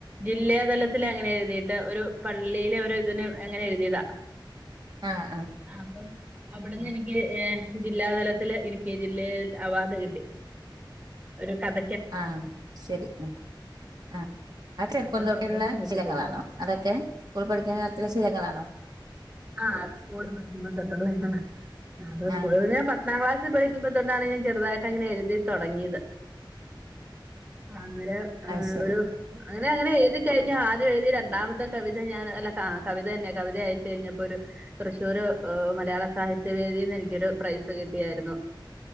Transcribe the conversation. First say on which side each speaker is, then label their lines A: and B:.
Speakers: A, on the right; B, on the right.
A: ജില്ലാതലത്തില അങ്ങനെ എഴുതിയിട്ട് ഒരു പള്ളിയിലെ ഒരു ഇതിന് അങ്ങനെ എഴുതിയതാ
B: ആഹ് ആഹ്
A: അപ്പം അവിടെന്ന് എനിക്ക് ഏഹ് ജില്ലാതലത്തില് ഇടുക്കി ജില്ലയിൽ അവാർഡ് കിട്ടി ഒരു കഥ
B: ആഹ് ശരി ഉം ആഹ് ആ ചെറുപ്പം
A: കഥക്കും
B: തോട്ടുള്ള
A: കവിതക്കും കിട്ടിയിട്ടുണ്ട്
B: ശീലങ്ങളാണോ അതൊക്കെ സ്കൂൾ പഠിക്കുന്ന കാലത്തിലുള്ള ശീലങ്ങളാണോ
A: ആഹ് സ്കൂളിട്ടുള്ളേ ആഹ് അപ്പ സ്കൂള
B: ആഹ്
A: ഞാൻ പ പത്താം ക്ലാസ്ൽ പഠികുമ്പത്തോട്ടാണ് ഞാൻ ചെറുതായിട്ട് അങ്ങനെ എഴുതി തുടങ്ങിയത് അന്നേരം ആഹ്
B: അത് ശരി
A: ഒരു അങ്ങനെ അങ്ങനെ എഴുതി കഴിഞ്ഞാ അങ്ങനെ അങ്ങനെ എഴുതി കഴിഞ്ഞു ആദ്യ എഴുതി രണ്ടാമത്തെ കവിത ഞാൻ അല്ല കവിത തന്നെ കവിത അയച്ചു കഴിഞ്ഞപ്പോ ഒരു തൃശൂര് വ മലയാള സാഹിത്യ വേദിയിൽ നിന്ന് എനക്കൊരു പ്രൈസ് കിട്ടിയായിരുന്നു